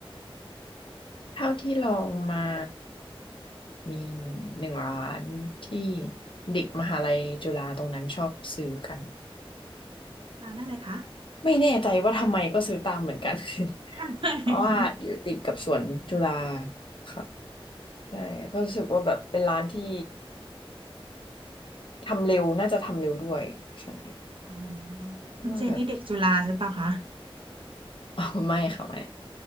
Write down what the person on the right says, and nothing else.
ร้านอะไรคะ
<laughs>
อ๋อคุณเจนนี่เด็กจุฬาหรือเปล่าคะ